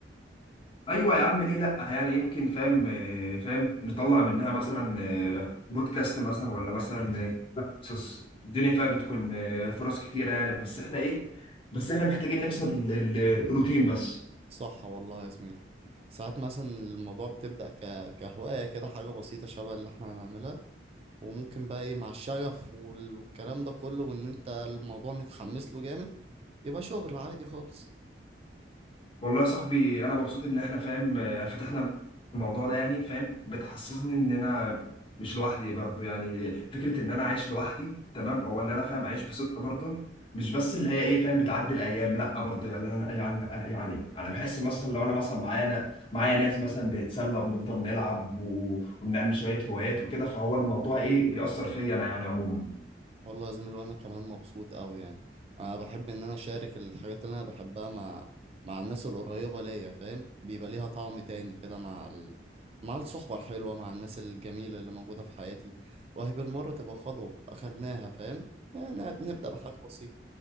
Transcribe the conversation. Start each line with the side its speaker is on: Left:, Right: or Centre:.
Left: ايوه يا عم ليه لا يعني يمكن فاهم آه، فاهم نطلع منها مثلا آه، بودكاست مثلا ولا مثلا آه، قصص. الدنيا فيها بتكون آه، فرص كتيره يعني بس احنا ايه بس احنا محتاجين نكسر ال- ال- الروتين بس
Right: صح والله يا زميلي ساعات مثلا الموضوع بتبدأ ك... كهواية كده حاجة بسيطة شبه اللي احنا هنعملها وممكن بقى ايه مع الشغف وال- والكلام ده كله وان انت الموضوع متحمس له جامد يبقى شغل عادي خالص
Left: والله يا صاحبي انا مبسوط ان احنا فاهم آه، فتحنا الموضوع ده يعني فاهم بتحسسني ان انا مش لوحدي برضو يعني فكره ان انا عايش لوحدي تمام او ان انا فاهم عايش بصدق برضو مش بس اللي هي ايه فاهم بتعدي الايام لا برضو يعني انا يعني يعني انا بحس مثلا لو انا مثلا معانا معايا ناس مثلا بنتسلى وبنفضل نلعب و... وبنعمل شويه هوايات وكده فهو الموضوع ايه بيأثر فيا انا يعني عموما
Right: والله يا زميل وانا كمان مبسوط قوي يعني انا بحب ان انا اشارك الحاجات اللي انا بحبها مع مع الناس القريبة ليا فاهم بيبقى ليها طعم تاني كده مع ال... مع الصحبة الحلوة مع الناس الجميلة اللي موجودة في حياتي وهي بالمرة تبقى خطوة اخدناها فاهم يعني نبدأ بحاجة بسيطة